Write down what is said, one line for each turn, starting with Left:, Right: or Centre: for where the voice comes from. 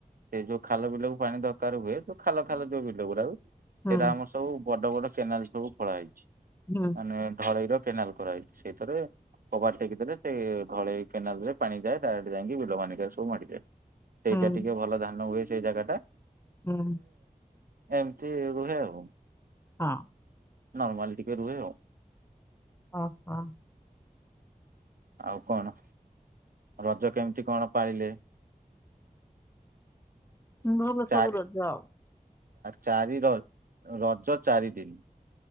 Right: ସେ ଯୋଉ ଖାଲ ବିଲକୁ ପାଣି ଦରକାର ହୁଏ ଯୋଉ ଖାଲ ଖାଲ ଯୋଉ ବିଲ ଗୁଡାକ
Left: ହୁଁ
Right: ସେଇଟା ଆମର ସବୁ ବଡ ବଡ କେନାଲ ସବୁ ଖୋଳାହେଇଛି
Left: ହୁଁ
Right: ମାନେ ଢଳେଇ ର କେନାଲ ଖୋଳାହେଇଛି ସେଇଥିରେ କବାଟ ଟେକି ଦେଲେ ସେଇ ଧଳେଇ କେନାଲ ରେ ପାଣି ଯାଏ ଡାଇରେକ୍ଟ୍ ଯାଇକି ବିଲ ମାନିକ ରେ ସବୁ ମାଡିଯାଏ। ସେଇଟା
Left: ହୁଁ।
Right: ଟିକେ ଭଲ ଧାନ ହୁଏ ସେଇ ଜାଗା ଟା
Left: ହୁଁ
Right: ଏମିତି ରୁହେ ଆଉ।
Left: ହଁ।
Right: ନର୍ମାଲ ଟିକେ ରୁହେ ଆ
Left: ଓ ହ।
Right: ଆଉ କଣ ରଜ କେମିତି କଣ ପାଳିଲେ? <inaudible>
Left: ଭଲ
Right: ଚାରି
Left: ସବୁ ରଜ।
Right: ଚାରି ର ରଜ ଚାରି ଦିନ